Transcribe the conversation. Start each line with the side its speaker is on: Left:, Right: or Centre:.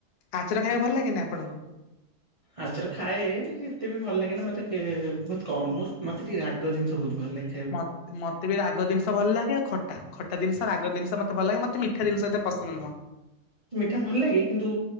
Left: ଆଚାର ଖାଇବାକୁ ଭଲ ଲାଗେନି ଆପଣଙ୍କୁ?
Right: ଆଚାର ଖାଏ ଏତେ ବି ଭଲ ଲାଗେନା ମତେ କେ ବହୁତ କମ୍ ମୋ ମତେ ଟିକେ ରାଗ ଜିନିଷ ବୋହୁତ ଭଲ ଲା
Left: ମ ମତେ ବି ରାଗ ଦିନ୍ ଥ ଭଲ ଲାଗେ ଆଉ ଖଟା। ଖଟା ଦିନିଷ ରାଗ ଦିନିଷ ମତେ ଭଲ ଲାଗେ। ମତେ ମିଠା ଦିନିଷ ଏତେ ପସନ୍ଦ ନୁହଁ।
Right: ମିଠା ଭଲ ଲାଗେ କିନ୍ତୁ